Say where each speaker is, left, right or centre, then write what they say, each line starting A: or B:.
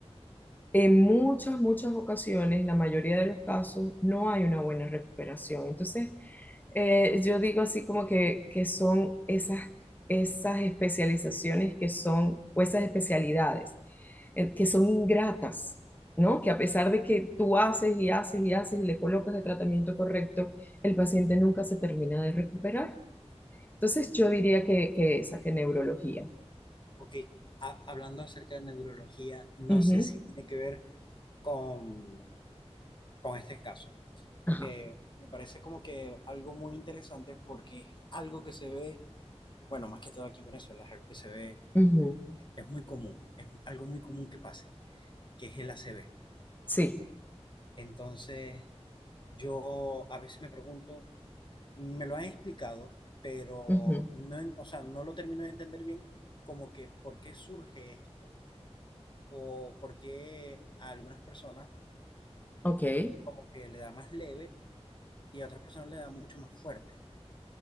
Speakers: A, on the left; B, on the left.
A: En muchas, muchas ocasiones, la mayoría de los casos, no hay una buena recuperación. Entonces, eh, yo digo así como que, que son esas, esas especializaciones que son, o esas especialidades, eh, que son ingratas, ¿no? Que a pesar de que tú haces y haces y haces y le colocas el tratamiento correcto, el paciente nunca se termina de recuperar. Entonces yo diría que, que esa, que neurología.
B: Ok, ha- hablando acerca de neurología, no
A: Ujú,
B: sé si tiene que ver con, con este caso, porque
A: Ajá.
B: me parece como que algo muy interesante porque es algo que se ve, bueno, más que todo aquí en Venezuela, es algo que se ve,
A: ujú,
B: es muy común, es algo muy común que pase, que es el ACV.
A: Sí.
B: Entonces, Yo a veces me pregunto, me lo han explicado, pero
A: ujú,
B: no, en- o sea, no lo termino de entender bien, como que por qué surge esto, o por qué a algunas personas
A: Ok.
B: como que le da más leve y a otras personas le da mucho más fuerte.